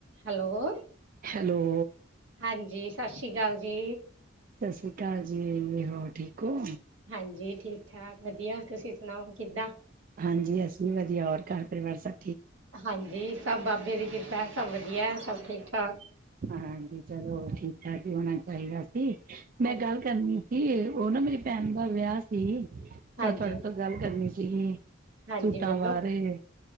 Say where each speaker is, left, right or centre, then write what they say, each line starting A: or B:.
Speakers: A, on the right (about 75°); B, on the right (about 45°).
A: Hello!
B: Hello!
A: ਹਾਂਜੀ ਸਤਿ ਸ਼੍ਰੀ ਅਕਾਲ ਜੀ।
B: ਸਤਿ ਸ੍ਰੀ ਅਕਾਲ ਜੀ। ਹੋਰ ਠੀਕ ਹੋ?
A: ਹਾਂਜੀ! ਠੀਕ ਠਾਕ ਵਧੀਆ! ਤੁਸੀਂ ਸੁਣਾਓ ਕਿੱਦਾਂ?
B: ਹਾਂਜੀ! ਅਸੀਂ ਵੀ ਵਧੀਆ । ਹੋਰ ਘਰ ਪਰਿਵਾਰ ਸਬ
A: ਹਾਂਜੀ! ਸਭ ਬਾਬੇ ਦੀ ਕਿਰਪਾ ਹੈ । ਸਭ ਵਧੀਆ ਹੈ। ਸਭ ਠੀਕ ਠਾਕ।
B: ਹਾਂਜੀ! ਚਲੋ ਠੀਕ ਠਾਕ ਹੀ ਹੋਣਾ ਚਾਹੀਦਾ ਸੀ। ਮੈਂ
A: ਹਾਂਜੀ।
B: ਗੱਲ ਕਰਨੀ ਕੀ! ਏ ਉਹ ਨਾ ਮੇਰੀ ਭੈਣ ਦਾ ਵਿਆਹ ਸੀ, ਤਾਂ
A: ਹਾਂਜੀ,
B: ਤੁਹਾਡੇ ਤੋਂ ਗੱਲ ਕਰਨੀ ਸੀਗੀ।
A: ਹਾਂਜੀ
B: ਸੂਟਾਂ
A: ਬੋਲੋ
B: ਵਾਰੇ।